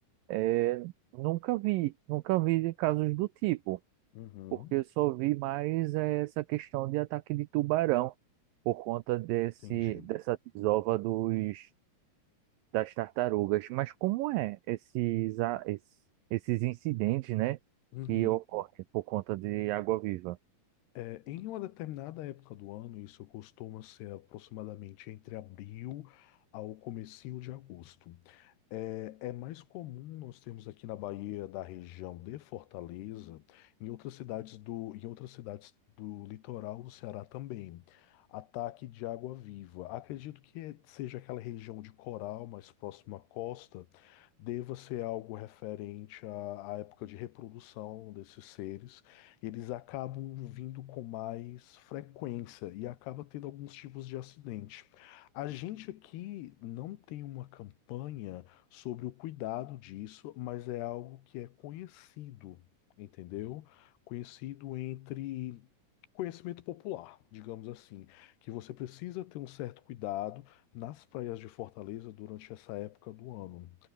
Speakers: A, on the right (about 80°); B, on the left (about 85°).
A: É, nunca vi, nunca vi de casos do tipo,
B: uhum,
A: porque eu só vi mais eh, essa questão de ataque de tubarão por conta desse,
B: entendi.
A: dessa desova dos, das tartarugas. Mas como é esses, a- es- esses incidentes, né,
B: Uhum.
A: que ocorrem por conta de água-viva?
B: É, em uma determinada época do ano, isso costuma ser aproximadamente entre abril ao comecinho de agosto. É, é mais comum nós termos aqui na Bahia, da região de Fortaleza, em outras cidades do, em outras cidades do litoral do Ceará também, ataque de água viva. Acredito que seja aquela região de coral mais próxima à costa, deva ser algo referente à, à época de reprodução desses seres. Eles acabam vindo com mais frequência e acaba tendo alguns tipos de acidente. A gente aqui não tem uma campanha sobre o cuidado disso, mas é algo que é conhecido, entendeu? Conhecido entre conhecimento popular, digamos assim, que você precisa ter um certo cuidado nas praias de Fortaleza durante essa época do ano.